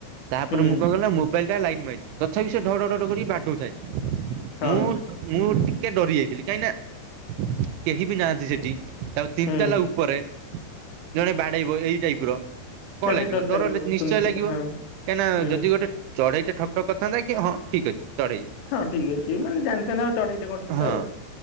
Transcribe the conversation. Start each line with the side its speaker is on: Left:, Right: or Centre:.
Right: ତାପରେ
Left: ହୁଁ।
Right: ମୁଁ କଣ କଲିନା ମୋବାଇଲ ଟା ଲାଇନ୍ ମାଇନ୍ ତଥାପି ସେ ଢଢଢ କରି ବାଡଉଥାଏ।
Left: ହଁ
Right: ମୁଁ ମୁଁ ଟିକେ ଡରି ଯାଇଥିଲି କାହିଁକି ନା କେହି ବି ନାହାନ୍ତି ସେଠି। ତାଉ ତିନିତାଲା
Left: ହୁଁ
Right: ଉପରେ ଜଣେ ବାଡେଇବ ଏଇ ଟାଇପ ର କଣ
Left: ତା
Right: ଲାଗିବ
Left: ପାଇଁ
Right: ଡର ନିଶ୍ଚୟ
Left: ସୁନିଶ୍ଚିତ
Right: ଲାଗିବ
Left: ହଁ
Right: କାହିଁକି ନା
Left: ହୁଁ
Right: ଯଦି ଗୋଟେ ଚଢ଼େଇ ଟେ ଠକ୍ ଠକ କରିଥାନ୍ତ କି ହଁ ଠିକ ଅଛି ଚଢେଇ
Left: ହଁ ଠିକ୍ ଅଛି ମାନେ ଜାଣିଥାନ୍ତ ଚଢେଇଟେ କରୁଛି
Right: ହଁ
Left: ତ ଆଉ